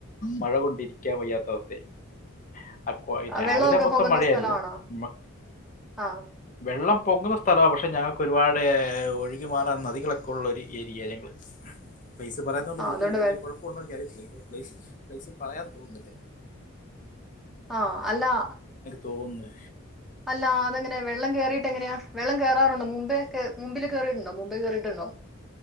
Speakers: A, on the left (about 35°); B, in the centre.
A: മഴ കൊണ്ടിരിക്കാൻ വയ്യാത്ത അവസ്ഥയായി. അ ക്കൊ ഇ
B: ആ,
A: രാവിലെ
B: വെള്ളമൊക്കെ
A: മൊത്തം
B: പൊങ്ങുന്ന
A: മഴയായിരുന്നു
B: സ്ഥലമാണോ
A: മ്മ
B: ആ
A: വെള്ളം പൊങ്ങുന്ന സ്ഥലവാ പക്ഷെ ഞങ്ങക്ക് ഒരുപാടെ ഒഴുകി മാറാൻ നദികളൊക്കെ ഉള്ളൊരു ഏരിയ ഞങ്ങെള് പൈസ പറയന്നൊണ്ട്
B: ആ
A: ബുത്തു
B: അതുകൊണ്ട്
A: ഇ
B: വെ-
A: കൊഴപ്പൊന്നു എനിക്കറിയത്തില്ല പ്ലേസ് പ്ലേസ് പറയാൻ തോന്നുന്നില്ലേ
B: ആഹ് അല്ലാ
A: തോന്ന്ന്ന്
B: അല്ല അതെങ്ങനെ വെള്ളം കേറീട്ട് എങ്ങനെയ വെള്ളം കേറാറുണ്ടൊ മുമ്പ് കേ മുമ്പില് കേറിയിട്ടുണ്ടോ മുമ്പേ കേറിയിട്ടുണ്ടോ?